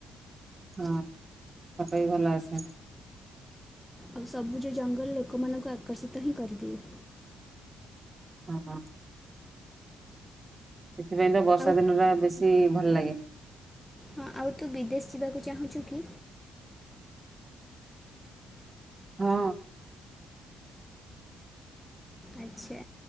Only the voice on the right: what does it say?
ହଁ ଫଟ ବି ଭଲ ଆସେ।
ହଁ। ସେଥିପାଇଁ ତ ବର୍ଷା
ଦିନ ଟା ବେଶୀ ଭଲ ଲାଗେ।
ହଁ।